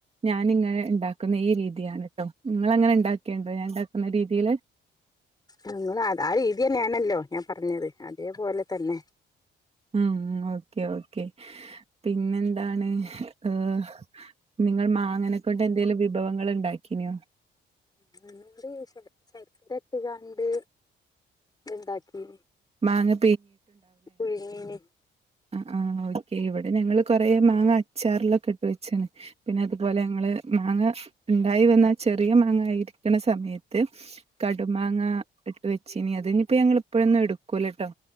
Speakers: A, on the right; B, on the left.
A: ഞാന്ങ്ങനെ ഇണ്ടാക്കുന്ന ഈ രീതിയാണട്ടോ ഇങ്ങളെങ്ങനെ ഇണ്ടാക്കിയണ്ടോ ഞാൻ ഉണ്ടാക്കുന്ന രീതിൽ
B: നിങ്ങൾ അത് ആഹ് രീതി തന്നെയാണല്ലോ ഞാൻ പറഞ്ഞത് അതേപോലെ തന്നെ
A: ഉം ഉം ഓക്കേ ഓക്കേ പിന്നെന്താണ് ഏഹ് നിങ്ങൾ മാങ്ങനെകൊണ്ട് എന്തെലും വിഭവങ്ങള്ണ്ടാക്കിനോ
B: ഇണ്ട് പക്ഷെ ചെരട്ട ഇട്ട്ങ്ങാണ്ട് ഇണ്ടാക്കീനി
A: മാങ്ങ
B: ബിരേനി
A: അഹ് ആഹ് ഓക്കെ ഇവിടെ ഞങ്ങള് കൊറെ മാങ്ങ അച്ചാറിലൊക്കെ ഇട്ട് വെച്ചാണ് പിന്നെ അതുപോലെ ഞങ്ങള് മാങ്ങ ഇണ്ടായി വന്ന ചെറിയ മാങ്ങ ആയിരിക്കണ സമയത്ത് കടുമാങ്ങ ഇട്ട് വെച്ചീനി അതിനിപ്പോ ഞങ്ങള്പ്പഴൊന്നും എടുക്കൂലട്ടോ